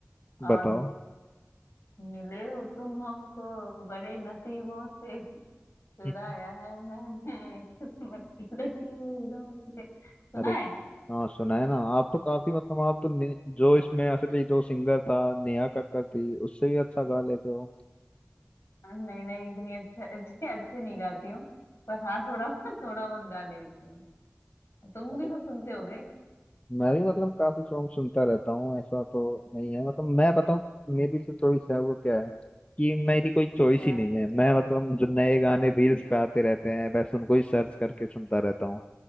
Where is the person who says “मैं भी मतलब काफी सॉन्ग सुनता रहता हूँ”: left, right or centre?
Left